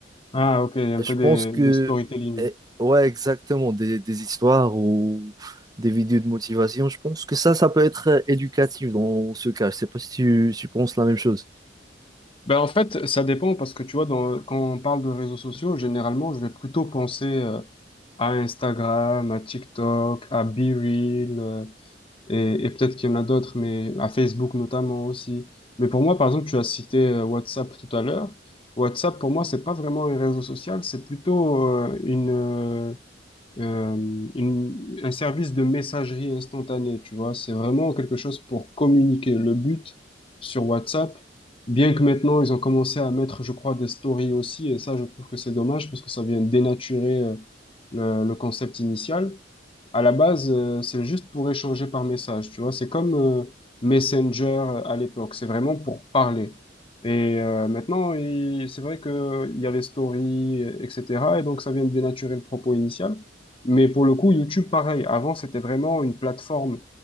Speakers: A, on the left (about 30°); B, on the right (about 20°).
A: Ah, ok, il y a un
B: Je
A: peu des,
B: pense que,
A: des storytelling.
B: eh, ouais, exactement, des, des histoires ou des vidéos de motivation, je pense que ça, ça peut être euh, éducatif dans ce cas. Je sais pas si tu, tu penses la même chose.
A: Ben en fait, ça dépend parce que tu vois, dans, quand on parle de réseaux sociaux, généralement, je vais plutôt penser euh, à Instagram, à TikTok, à BeReal, euh, et, et peut-être qu'il y en a d'autres, mais à Facebook notamment aussi. Mais pour moi, par exemple, tu as cité euh, WhatsApp tout à l'heure. WhatsApp, pour moi, c'est pas vraiment un réseau social, c'est plutôt euh, une, euh, euh, une- un service de messagerie instantanée, tu vois. C'est vraiment quelque chose pour communiquer. Le but sur WhatsApp, bien que maintenant ils ont commencé à mettre, je crois, des stories aussi, et ça, je trouve que c'est dommage parce que ça vient dénaturer euh, le, le concept initial. À la base, euh, c'est juste pour échanger par message, tu vois. C'est comme euh, Messenger à l'époque. C'est vraiment pour parler. Et euh, maintenant, il- c'est vrai que il y a les stories, euh, etc. Et donc, ça vient de dénaturer le propos initial. Mais pour le coup, YouTube, pareil. Avant, c'était vraiment une plateforme